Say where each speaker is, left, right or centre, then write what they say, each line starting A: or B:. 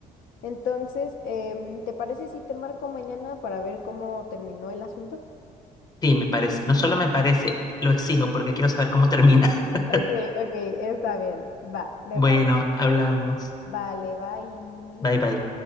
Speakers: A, on the left; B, on the left.
A: Entonces, em, ¿te parece si te marco mañana para ver cómo terminó el asunto?
B: Sí, me parece. No solo me parece, lo exijo porque quiero saber cómo termina. <laughs>
A: Ok, ok, está bien. Va, me
B: Bueno,
A: parece
B: hablamos.
A: bien. Vale, bye.
B: Bye bye.